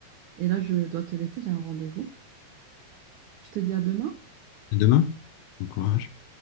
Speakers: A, on the right; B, on the left.
A: Et là, je dois te laisser, j'ai un rendez-vous. Je te dis à demain.
B: À demain. Bon courage.